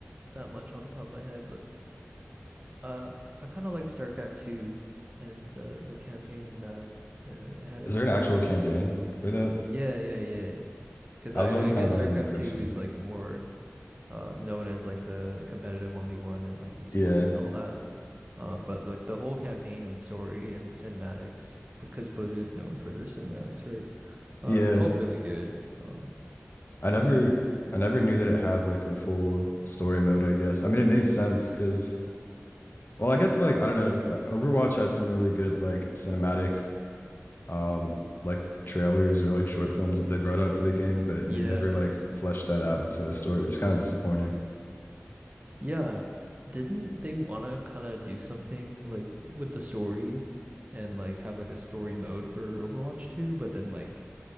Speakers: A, on the right; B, on the left.
A: that much off the top of my head, but uh I kind of like StarCraft 2 and the the campaign and that uh, it had a
B: Is
A: cool
B: there an actual
A: story.
B: campaign for that?
A: Yeah, yeah, yeah. 'Cause
B: I
A: I
B: was always
A: I
B: kind
A: guess
B: of under
A: StarCraft
B: the impression
A: 2 is like more uh, known as like the, the competitive 1v1 and like esports
B: that, yeah.
A: and all that. Um, but like the whole campaign and story and the cinematics, because Blizzard's known for their cinematics, right? Uh,
B: Yeah,
A: it's all really good. Um, so
B: I never I never knew that it had like a full story mode, I guess. I mean, it makes sense because, well, I guess like I don't know, uh, Overwatch had some really good like cinematic um like trailers or like short films that they brought out for the game, but
A: yeah,
B: they never like fleshed that out into a story, which is kind of disappointing.
A: yeah. Didn't they want to kind of do something like with the story and like have like a story mode for Overwatch 2, but then like